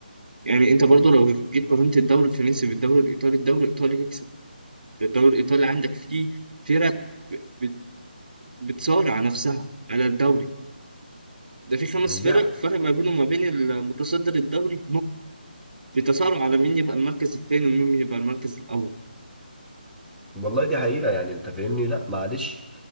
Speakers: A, on the right (about 55°); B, in the centre.
A: يعني انت برضو لو جيت قارنت الدوري الفرنسي بالدوري الايطالي الدوري الايطالي يكسب ده الدوري الايطالي عندك فيه فرق بت- بتصارع نفسها على الدوري ده في خمس فرق
B: دي ح-
A: فرق ما بينهم وما بين المتصدر الدوري بتصارع على مين يبقى المركز التاني ومين يبقى المركز الأول
B: والله دي حقيقة يعني انت فاهمني لا معلش